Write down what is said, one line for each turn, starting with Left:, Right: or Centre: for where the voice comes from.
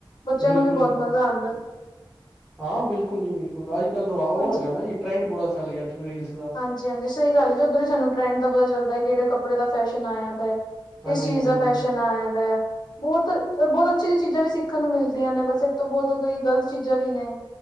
Left: ਬੱਚਿਆਂ
Centre: ਬਿਲਕੁਲ
Left: ਨੂੰ ਵੀ ਬਹੁਤ
Centre: ਜੀ
Left: ਮਜ਼ਾ ਆਉਂਦਾ
Centre: ਹਾਂ ਬਿਲਕੁਲ ਜੀ ਬਿਲਕੁਲ ਅੱਜ ਕੱਲ ਰਵਾ ਉਹ
Left: ਹਾਂਜੀ,
Centre: ਹੈਗਾ ਨਾ ਜੀ ਟਰੈਂਡ ਬੁਰਾ ਚੱਲ ਗਿਆ ਰਡਸ ਦਾ
Left: ਹਾਂਜੀ ਹਾਂਜੀ ਸਹੀ ਗੱਲ ਜ ਉਧਰ ਹੀ ਸਾਨੂੰ ਟਰੈਂਡ ਦਾ ਪਤਾ ਚਲਦਾ ਕਿਹੜੇ ਕੱੜੇ ਦਾ ਫੈਸ਼ਨ ਆਇਆ ਦਾ ਹੈ ਕਿਸ
Centre: ਹਾਂਜੀ-ਹਾਂਜੀ,
Left: ਚੀਜ਼ ਦਾ ਫੈਸ਼ਨ ਆ ਜਾਂਦਾ ਹੈ ਬਹੁਤ ਬਹੁਤ ਅੱਛੀ ਅੱ ਚੀਜ਼ਾਂ ਵੀ ਸਿੱਖਣ ਨੂੰ ਮਿਲਦੀਆਂ ਨੇ ਬਸ ਇਹਤ ਤੋਂ ਬਹੁਤ ਕੋਈ ਗ਼ਲਤ ਚੀਜ਼ਾਂ ਵੀ ਨੇ